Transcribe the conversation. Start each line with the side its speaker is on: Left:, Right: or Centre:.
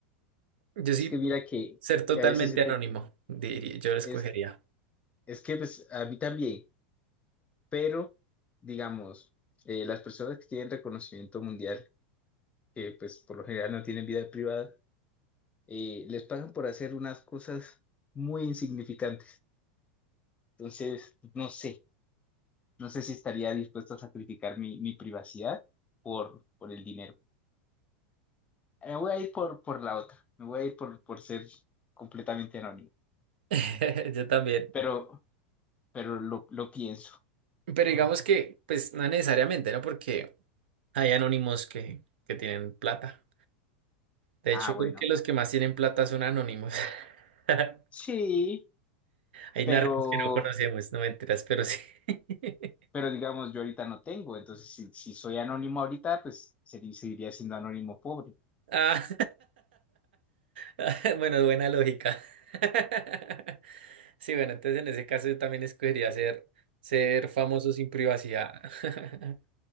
Right: Yo
Left: Es
Right: sí,
Left: que mira que,
Right: ser totalmente
Left: que a veces se te-
Right: anónimo, diría, yo lo escogería.
Left: es, es que pues a mí también, pero digamos, eh, las personas que tienen reconocimiento mundial, que pues por lo general no tienen vida privada, eh, les pagan por hacer unas cosas muy insignificantes. Entonces, no sé. No sé si estaría dispuesto a sacrificar mi, mi privacidad por, por el dinero. Me voy a ir por, por la otra. Me voy a ir por, por ser completamente anónimo.
Right: <laughs> Yo también.
Left: Pero, pero lo, lo pienso.
Right: Pero digamos que, pues, no necesariamente, ¿no? Porque hay anónimos que, que tienen plata. De
Left: Ah,
Right: hecho, creo
Left: bueno.
Right: que los que más tienen plata son anónimos. <laughs>
Left: Sí,
Right: Hay
Left: pero,
Right: narcos que no conocemos, no mentiras, pero sí. <laughs>
Left: pero digamos, yo ahorita no tengo. Entonces, si, si soy anónimo ahorita, pues sería, seguiría siendo anónimo pobre.
Right: Ah. <laughs> Bueno, buena lógica. <laughs> Sí, bueno, entonces en ese caso yo también escogería ser, ser famoso sin privacidad. <laughs>